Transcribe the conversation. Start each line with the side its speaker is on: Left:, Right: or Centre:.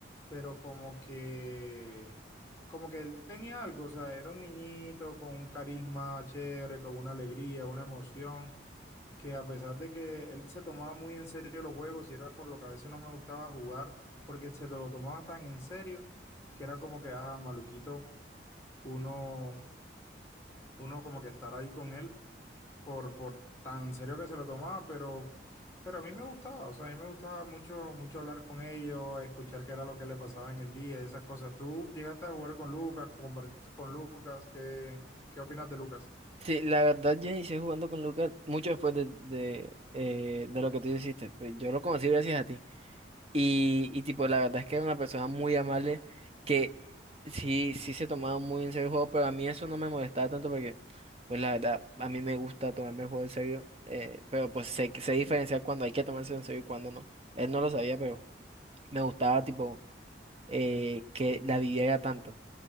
Left: pero como que, como que él tenía algo, o sea, era un niñito con un carisma chévere, con una alegría, una emoción, que a pesar de que él se tomaba muy en serio los juegos, y era por lo que a veces no me gustaba jugar, porque se lo tomaba tan en serio, que era como que, ah, maluquito, uno, uno como que estar ahí con él por, por tan serio que se lo tomaba, pero, pero a mí me gustaba, o sea, a mí me gustaba mucho, mucho hablar con ellos, escuchar qué era lo que le pasaba en el día, esas cosas. ¿Tú llegaste a jugar con Lucas, compartiste con Lucas? ¿Qué, qué opinas de Lucas?
Right: Sí, la verdad yo inicié jugando con Lucas mucho después de, de, eh, de lo que tú hiciste, pues yo lo conocí gracias a ti. Y, y tipo, la verdad es que era una persona muy amable que sí, sí se tomaba muy en serio el juego, pero a mí eso no me molestaba tanto porque, pues la verdad, a mí me gusta tomarme el juego en serio, eh, pero pues sé, que- sé diferenciar cuando hay que tomarse en serio y cuando no. Él no lo sabía, pero me gustaba tipo eh, que la viviera tanto.